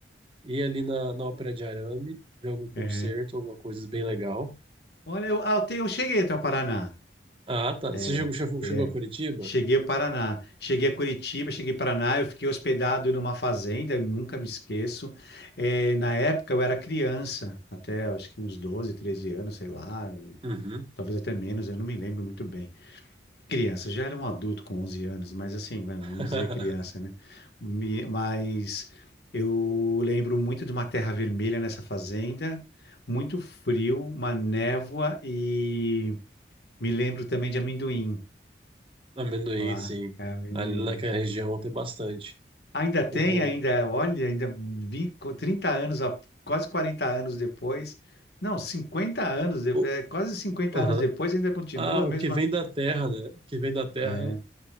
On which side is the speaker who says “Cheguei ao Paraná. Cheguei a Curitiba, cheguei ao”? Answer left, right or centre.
Left